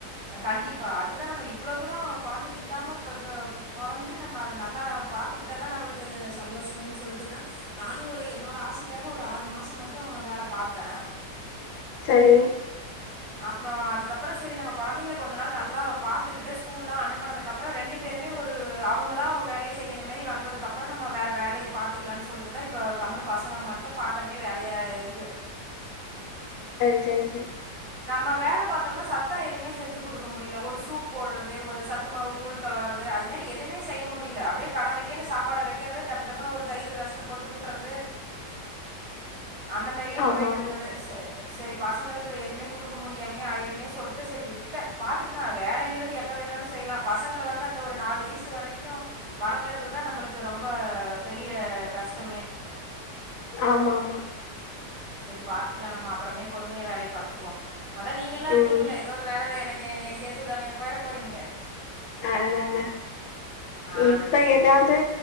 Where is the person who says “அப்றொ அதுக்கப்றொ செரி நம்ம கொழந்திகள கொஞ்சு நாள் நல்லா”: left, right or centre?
Right